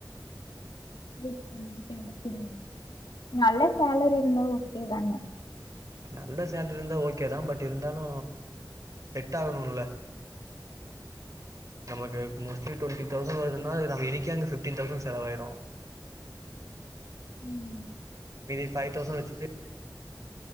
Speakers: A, on the left (about 85°); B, on the right (about 50°).
A: <unintelligible> நல்ல சேலரி இருந்தா ஓக்கேதான
B: நல்ல சேலரிருந்தா ஓக்கேதா பட் இருந்தாலு செட்டாகணுமுல்ல நமக்கு மோஸ்லி டொண்டி தௌசண் வர்துன்னா நம்ம இனிக்கே அங்க பிஃப்டீன் தௌசண் செலவாயிரு
A: ம்
B: மீதி ஃபைவ் தௌசண் வச்சிட்டு